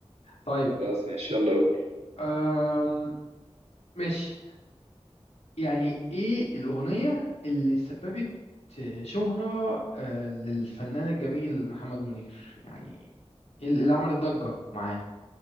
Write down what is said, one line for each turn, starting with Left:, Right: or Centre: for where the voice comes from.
Left: طيب
Right: خلاص ماشي يلا قول
Left: أم... ماشي يعني ايه الاغنية اللي سببت شهرة آه، للفنان الجميل محمد منير يعني اللي اللي عملت ضجة معاه